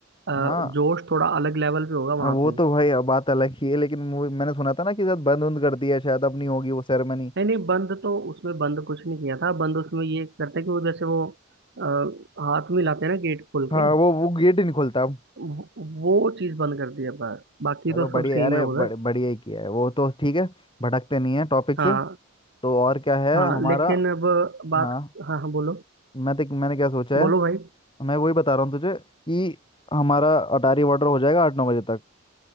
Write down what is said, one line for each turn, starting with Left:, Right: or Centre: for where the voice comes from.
Right: अ,
Left: हाँ
Right: जोश थोड़ा अलग लेवल पे होगा
Left: हाँ,
Right: वहाँ
Left: वो
Right: पे
Left: तो भाई अब बात अलग ही है लेकिन वो- मैंने सुना था ना कि शायद बंद उंद कर दिया है, शायद अब नहीं होगी वो सेरेमनी
Right: नहीं नहीं बंद तो उसमें बंद कुछ नहीं किया था बंद उसमें ये करते हैं कि वो जैसे वो आ, हाथ में लाते हैं ना गेट खोल
Left: हाँ
Right: के
Left: वो वो गेट ही नहीं खुलता अब
Right: वो वो चीज़ बंद कर दी है बस बाकी
Left: चलो
Right: तो
Left: बढ़िया
Right: सब सेम
Left: अरे
Right: है
Left: बड़-
Right: उधर
Left: बढ़िया ही किया है वो तो ठीक है भटकते नहीं है टॉपिक
Right: हाँ
Left: से तो और क्या है
Right: हाँ
Left: हमारा
Right: लेकिन अब बात
Left: हाँ
Right: हाँ हाँ बोलो
Left: मैं देख मैंने क्या सोचा
Right: बोलो
Left: है
Right: भाई
Left: मैं वही बता रहा हूँ तुझे कि हमारा अटारी वाटर हो जाएगा आठ नौ बजे तक